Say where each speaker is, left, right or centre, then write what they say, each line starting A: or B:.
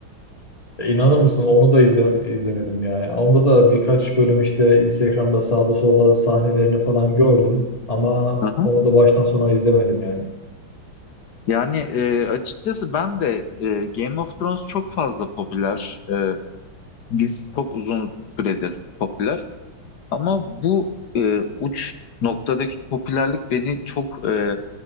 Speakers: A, on the left; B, on the left.
A: E, İnanır mısın onu da izle izlemedim yani. Onda da birkaç bölüm işte Instagram'da sağda solda sahnelerini falan gördüm ama
B: Hı hı.
A: onu da baştan sona izlemedim yani.
B: Yani e, açıkçası ben de e, Game of Thrones çok fazla popüler. E, biz çok uzun süredir popüler. Ama bu e, uç noktadaki popülerlik beni çok e,